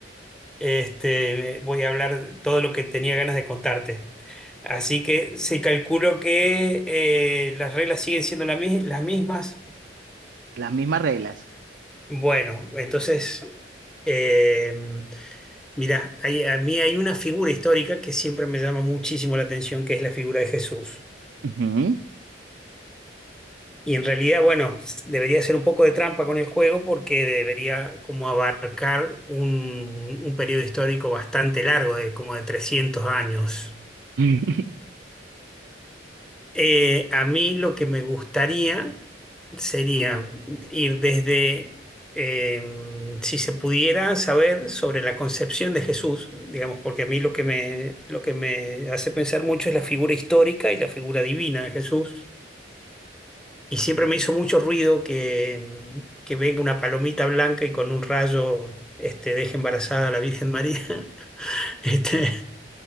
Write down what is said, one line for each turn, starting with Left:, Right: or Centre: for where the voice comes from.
Centre: este, voy a hablar todo lo que tenía ganas de contarte. Así que se calculó que eh, las reglas siguen siendo la mi- las mismas.
Right: Las mismas reglas.
Centre: Bueno, entonces, eh, mira, hay- a mí hay una figura histórica que siempre me llama muchísimo la atención, que es la figura de Jesús.
Right: Ujú.
Centre: Y en realidad, bueno, s- debería ser un poco de trampa con el juego porque debería como abarcar un, un periodo histórico bastante largo, de como de 300 años.
Right: <laughs>
Centre: Eh, a mí lo que me gustaría sería ir desde, eh, si se pudiera saber sobre la concepción de Jesús, digamos, porque a mí lo que me, lo que me hace pensar mucho es la figura histórica y la figura divina de Jesús Y siempre me hizo mucho ruido que, mm, que venga una palomita blanca y con un rayo este, deje embarazada a la Virgen María. <laughs> Este,